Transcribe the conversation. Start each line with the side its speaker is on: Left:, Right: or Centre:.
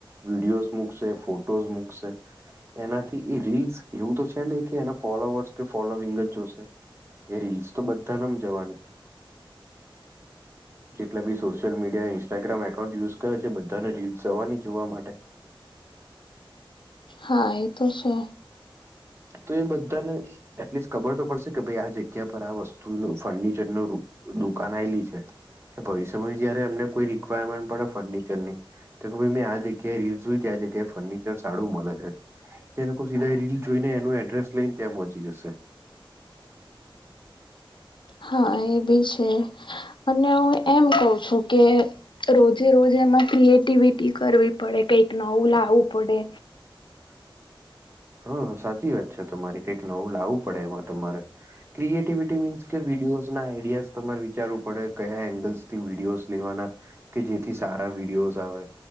Right: વિડીયોઝ મૂકશે ફોટોઝ મૂકશે. એનાથી એ રીલ્સ એવું તો છે ને કે એના ફોલોવર્સ કે ફોલોવિંગ જ જોશે. એ રીલ્સ તો બધાને જવાની જેટલા બી સોષ social media Instagram account use કરે છે બધાને રીલ્સ જવાની જોવા માટે
Left: હા એ તો છે.
Right: તો એ બધાને એટલીસ્ટ ખબર તો પડશે કે ભાઈ આ જગ્યા પર આ વસ્તુનો ફર્નિચરનો રૂપ દુકાન આયલી છે. ભવિષ્યમાં જયારે એમને કોઈ રિક્વાયરમેન્ટ પડે ફર્નિચરની કે ભાઈ મેં આ કે રીલ જોઈ ક્યાં છે કે ફર્નિચર સારુ મળે છે. એ લોકો સીધા રીલ જોઈને એનું એડ્રેસ લઈને ત્યાં પહોચી જશે
Left: હા એ બી છે અને હું એમ કહું છું કે રોજે રોજે એમાં ક્રિએટિવિટી. કરવી પડે કઈક નવું લાવવું પડે
Right: હા હા સાચી વાત છે તમારે કઈક નવું લાવવું પડે એમાં તમારે ક્રિએટિવિટી મીન્સ કે વિડીયોઝના આઈડિયાસ તમારે વિચારવું પડે કયા એંગલ્સ થી વિડીયોઝ લેવાના. કે જેથી સારા વિડીયોઝ આવે